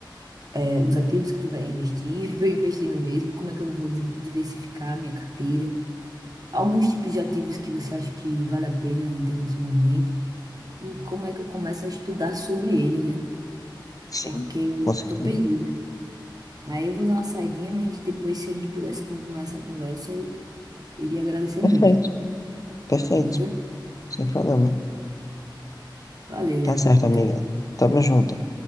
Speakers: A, on the right; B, on the left.
A: é, os ativos que tu vai investir, <laughs> pra eu investir no mesmo, como é que eu vou di- diversificar minha carteira. Alguns tipos de ativos que você acha que vale a pena internacionalmente e como é que eu começo a estudar sobre eles, né?
B: Sim,
A: Porque eu
B: com certeza.
A: tô perdida. Aí eu vou dar uma saidinha, mas depois, se a gente pudesse continuar essa conversa, eu iria agradecer
B: Perfeito,
A: muito.
B: perfeito,
A: Beleza?
B: sem problema.
A: Valeu,
B: Tá
A: Júlio.
B: certo,
A: Muito
B: amiga. Tamo junto.